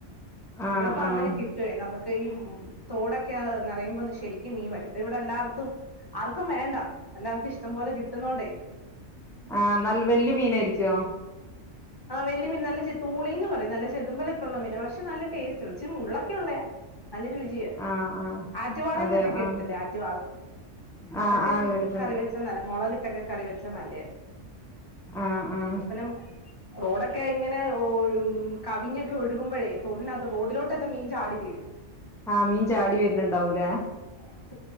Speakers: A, in the centre; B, on the left.
A: ആഹ്
B: ഇവിടപ്പങ്ങനെ
A: ആഹ്
B: കി ട്ടുവെ നമുക്ക് ഈ തോടൊക്കെ നെറയുമ്പോ ശരിക്കും മീൻ വരും ഇവിടെ എല്ലാവർക്കും ആർക്കും വേണ്ട എല്ലാർക്കും ഇഷ്ടം പോലെ കിട്ടുന്നൊണ്ടെ
A: ആഹ് നൽ വല്യ മീനായിരിക്കുവോ?
B: ആ വല്യ മീൻ നല്ല ചെ തൂളിന്ന് പറയും നല്ല ചെതുമ്പലക്കുള്ള മീനാ പക്ഷെ നല്ല ടേസ്റ്റ് ഇച്ചിരി മുള്ളൊക്കെ ഒള്ളയാ എന്നാലും രു ജി
A: ആഹ് ആഹ്
B: ആറ്റുവാളന്നൊക്കെകേട്ടിട്ടില്ലേ.
A: അതെ ആഹ്
B: ആറ്റുവാള അതൊക്കെ
A: ആഹ് ആഹ് കേട്ടിട്ടുണ്ട്
B: കറിവെച്ച് നല്ല മുളകിട്ടൊക്കെ കറി വെച്ചാ നല്ലയ.
A: ആഹ് ആഹ്
B: <unintelligible> റോഡക്കെ ഇങ്ങനെ ഒ കവിഞ്ഞൊക്കെ ഒഴുകുമ്പഴേ തൊടിനാ റോഡിലോട്ടൊക്കെ മീൻ ചാടിവീഴും.
A: ആഹ് മീൻ ചാടി വര്ണുണ്ടാവൂലേ.
B: <inaudible>